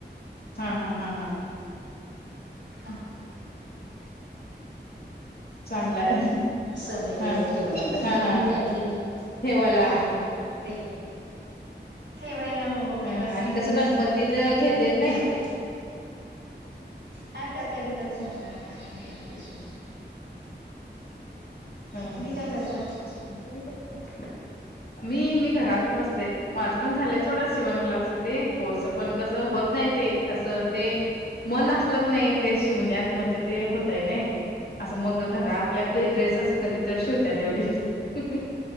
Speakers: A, on the left (about 60°); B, on the right (about 85°).
A: हा हा हा हा
B: हम <unintelligible>
A: चांगलाय अ
B: समई वगैरे
A: हहं
B: ठेवायला तर नवीन
A: हा हा..
B: ट्रेंडिंग
A: ठेवायला.
B: आहे ते ठेवायला हो किंवा
A: हं
B: सीझन
A: आणि कसं
B: असत
A: गणपतीत
B: विक्री
A: घेतेत नाही
B: झाली. हा त्या करीताच म्हणता काय मिळाल ते मिलं
A: हमम..
B: तुम्ही काय करता
A: <unintelligible> मी मी घरातच असते. माझं पण झालंय सोडा सिवन क्लासच ते कोर्स. पण कसं होत नाही ते असं ते. मन असलं की नाही ते शिवण्यात. म्हणजे ते होतय नाही. असं मग घर आपले आपले
B: हा
A: ड्रेस असं कधी तर शिवत तेवढी. हः..